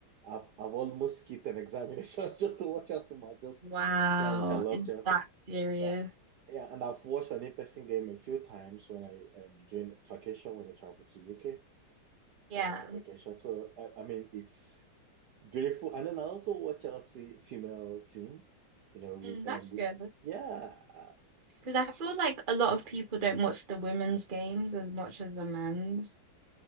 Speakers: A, on the right; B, on the right.
A: I've, I've almost skipped an examination <laughs> just to watch Chelsea match. Just
B: Wow,
A: see how much I love
B: it's
A: Chelsea.
B: that serious.
A: Yeah, yeah. And I've watched an in-person game a few times when I um during vacation when I travel to UK
B: Yeah,
A: uh, for vacation. So I, I mean, it's Beautiful. And then I also watch Chelsea female team, you know, we,
B: mm,
A: um,
B: that's
A: we,
B: good.
A: yeah, uh,
B: Because I feel like a lot of people don't watch the women's games as much as the men's.